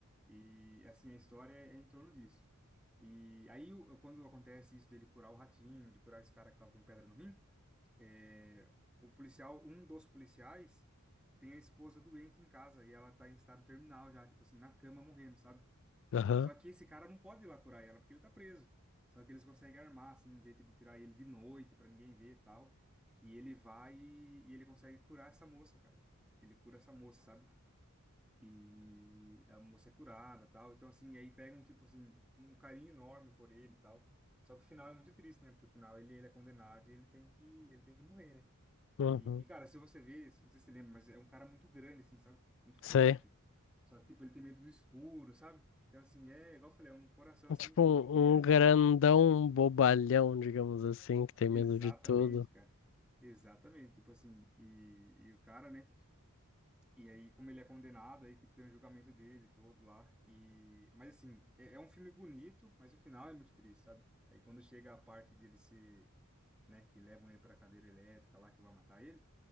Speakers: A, in the centre; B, on the left.
A: E assim, a história é é em torno disso. E aí, o- quando acontece isso dele curar o ratinho, de curar esse cara que tava com pedra no rim. É, o policial, um dos policiais, tem a esposa doente em casa e ela tá em estado terminal já, tipo assim, na cama morrendo, sabe?
B: Aham,
A: Só que esse cara não pode ir lá curar ela porque ele tá preso. Só que eles conseguem armar, assim, um jeito de tirar ele de noite pra ninguém ver e tal. E ele vai e, e ele consegue curar essa moça, cara. Ele cura essa moça, sabe? E a moça é curada, tal. Então, assim, aí pega um tipo assim, um carinho enorme por ele, e tal. Só que o final é muito triste, né? Porque o final ele, ele é condenado e ele tem que, ele tem que morrer, né?
B: uhum.
A: E, e, cara, se você vê, não sei se você lembra, mas é um cara muito grande, assim, sabe? Muito forte.
B: Sei.
A: Só que, tipo, ele tem medo do escuro, sabe? Então, assim, é, igual eu falei, é um coração,
B: É
A: assim,
B: Tipo
A: de,
B: um,
A: de criança
B: um grandão
A: mesmo.
B: bobalhão, digamos assim, que tem
A: Exatamente,
B: medo de tudo.
A: cara. Exatamente. Tipo assim, e, e o cara, né? E aí, como ele é condenado, aí, tipo, tem o julgamento dele todo lá. E... Mas, assim, é, é um filme bonito, mas o final é muito triste, sabe? Aí, quando chega a parte dele ser, né, que levam ele pra cadeira elétrica lá, que vai matar ele.